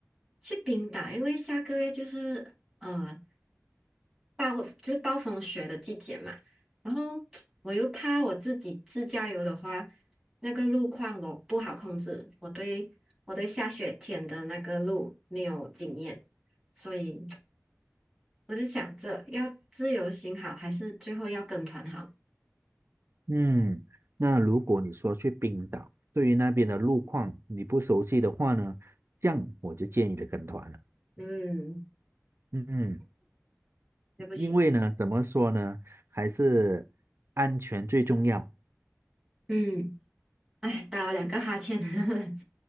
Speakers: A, in the centre; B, on the right (about 55°).
A: 去冰岛，因为下个月就是呃暴就是暴风雪的季节嘛，然后 <tsk> 我又怕我自己自驾游的话。那个路况我不好控制，我对我对下雪天的那个路没有经验，所以 <tsk> 我就想着要自由行好，还是最后要跟团好？
B: 嗯，那如果你说去冰岛，对于那边的路况你不熟悉的话呢，这样我就建议你跟团了。
A: 嗯，
B: 嗯。
A: 对不起，
B: 因为呢，怎么说呢，还是安全最重要。
A: 嗯，哎，打了两个哈欠，<laughs>